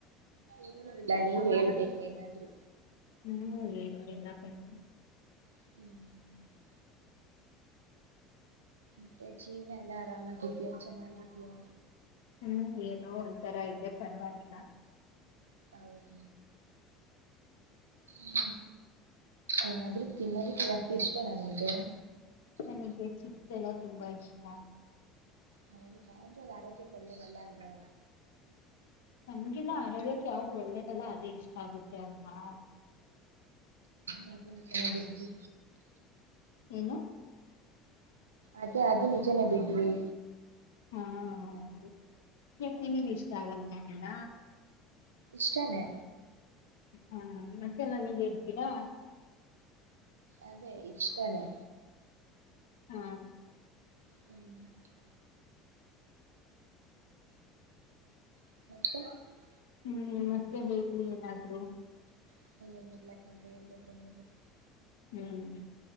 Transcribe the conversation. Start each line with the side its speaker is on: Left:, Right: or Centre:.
Right: ಎಲ್ಲ ನೀವ್ ಹೇಬೇಕ ಏನಾದ್ರು
Left: ಹ್ಮ್ ಏನು ಎಲ್ಲ ಕಂಡ
Right: ಹ್ಮ್ ಮತ್ತೆ ಜೀವ್ನ ಎಲ್ಲಾ ಆರಾಮಾಗಿದ್ಯಾ ಚೆನ್ನಾಗಿದ್ಯಾ
Left: ಹ್ಮ್ ಏನು ಒಂತರ ಇದೆ ಪರವಾಗಿಲ್ಲ
Right: ಹೌದ ಹ್ಮ್ ಏನಾದರೂ ತಿನ್ನೋದಿಕ್ಕೆ ಜಾಸ್ತಿ ಇಷ್ಟನಾ ನಿನ್ಗೆ
Left: ನನಗೆ ಚಿಪ್ಸ್ ಎಲ್ಲ ತುಂಬಾ ಇಷ್ಟ
Right: ಹೌದಾರೆ ಅದು ಆರೋಗ್ಯಕ್ಕೆ ಒಳ್ಳೇದಲ್ಲ ಅಲ್ವಾ
Left: ನಮ್ಗಿಲ್ಲ ಆರೋಗ್ಯಕ್ಕೆ ಯಾವ್ದು ಒಳ್ಳೇದಲ್ಲ ಅದೇ ಇಷ್ಟ ಆಗುತ್ತೆ ಅಲ್ವಾ
Right: ಹ್ಮ್ ಅ ಚೆನ್ನಿದ್ದೀವಿ
Left: ಏನು
Right: ಅದೇ ಅದು ನಿಜನೇ ಬಿಡ್ರಿ
Left: ಹಾ ಹೌದು ಚಿನಿಗೆ
Right: ಹ್ಮ್
Left: ಇಷ್ಟ ಆಗಲ್ಲ ಅವೆಲ್ಲ
Right: ಇಷ್ಟಾನೇ
Left: ಹಾ ಮತ್ತೆ ನನಗ್ ಹೇಳ್ತೀರಾ
Right: ಅದೇ ಇಷ್ಟಾನೇ
Left: ಹಾ
Right: ಹ್ಮ್ <unintelligible>
Left: ಹ್ಮ್ ಮತ್ತೆ ಹೇಳಿ ಏನಾದ್ರು
Right: <inaudible>
Left: ಹ್ಮ್